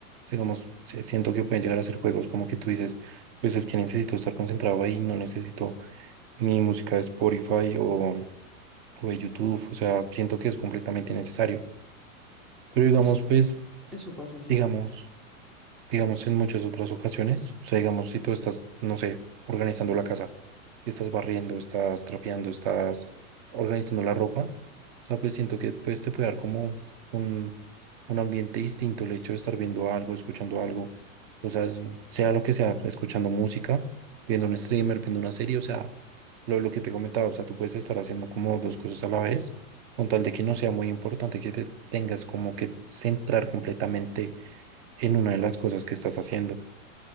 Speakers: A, on the right (about 45°); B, in the centre.
A: digamos, sí, siento que pueden llegar a ser juegos como que tú dices, pues es que necesito estar concentrado ahí, no necesito ni música de Spotify o, o de YouTube, o sea, siento que es completamente necesario. Pero digamos,
B: Es,
A: pues,
B: eso pasa, sí.
A: digamos, digamos, en muchas otras ocasiones. O sea, digamos, si tú estás, no sé, organizando la casa, estás barriendo, estás trapeando, estás organizando la ropa, o sea, pues siento que pues, te puede dar como un, un ambiente distinto el hecho de estar viendo algo, escuchando algo, o sea, es- sea lo que sea, escuchando música, viendo un streamer, viendo una serie, o sea, lo, lo que te comentaba, o sea, tú puedes estar haciendo como dos cosas a la vez, con tal de que no sea muy importante que te tengas como que centrar completamente en una de las cosas que estás haciendo.